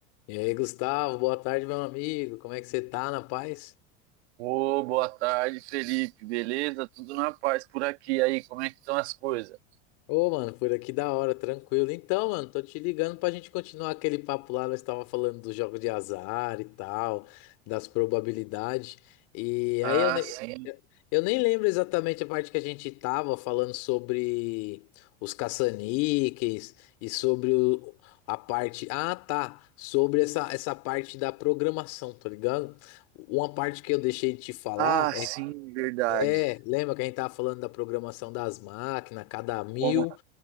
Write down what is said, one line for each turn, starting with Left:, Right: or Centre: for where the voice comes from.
Left: E aí, Gustavo, boa tarde, meu amigo. Como é que você tá, na paz?
Right: Ô, boa tarde, Felipe. Beleza? Tudo na paz por aqui. Aí, como é que estão as coisas?
Left: Ô, mano, por aqui da hora, tranquilo. Então, mano, tô te ligando pra gente continuar aquele papo lá. Nós tava falando do jogo de azar e tal, das probabilidades. E
Right: Ah,
Left: aí eu, ne-
Right: sim.
Left: eu nem lembro exatamente a parte que a gente tava falando sobre os caça-níqueis e sobre o- a parte. Ah, tá. Sobre essa, essa parte da programação, tá ligado? Uma parte que eu deixei de te falar
Right: Ah,
Left: é.
Right: sim, verdade.
Left: É, lembra que a gente tava falando da programação das máquinas, cada mil
Right: Como?